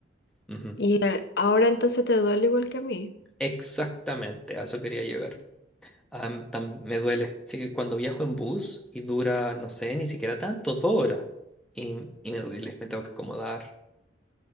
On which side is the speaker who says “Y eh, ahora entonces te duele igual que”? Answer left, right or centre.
Left